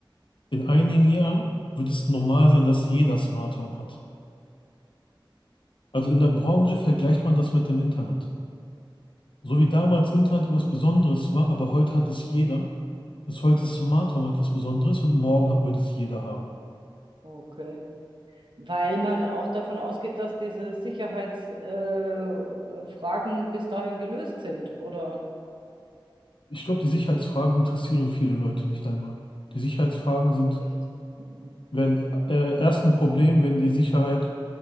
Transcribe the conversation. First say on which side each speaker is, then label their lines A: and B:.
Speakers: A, on the left; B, on the right.
A: In einigen Jahren wird es normal sein, dass jeder Smart Home hat. Also in der Branche
B: Okay.
A: vergleicht man das mit dem Internet. So wie damals Internet etwas Besonderes war, aber heute hat es jeder, ist heute Smart Home etwas Besonderes und morgen hat- wird es jeder haben.
B: Okay. Weil man auch davon ausgeht, dass diese Sicherheitsfragen äh, Fragen bis dahin gelöst sind, oder?
A: Ich glaube, die Sicherheitsfragen interessieren viele Leute nicht einmal. Die Sicherheitsfragen sind,
B: Echt? Mhm.
A: wenn äh, erst ein Problem, wenn die Sicherheit